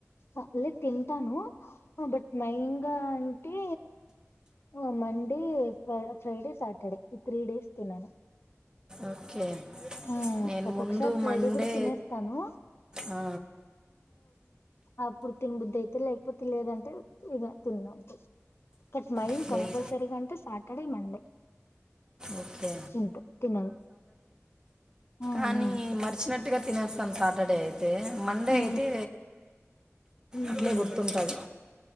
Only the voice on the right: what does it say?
ఓకే
నేను
ముందు
మండే
ఆ,
ఓకే
ఓకే
మరీ
మర్చి న్నట్టుగా తినేస్తాను సాటర్డే అయి తే మండే
అయితే
అట్లే గుర్తుంటాది